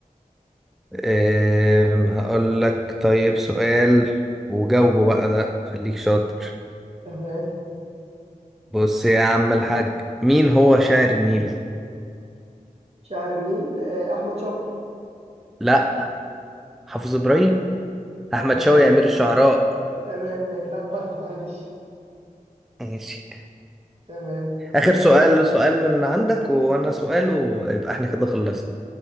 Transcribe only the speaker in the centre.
آه هقول لك طيب سؤال وجاوبه بقى ده خليك شاطر
بص يا عم الحاج مين هو شاعر النيل؟
لا حافظ إبراهيم
احمد
شوقي امير الشعراء
ماشي
اخر سؤال سؤال من عندك وانا سؤال ويبقى احنا كده خلصنا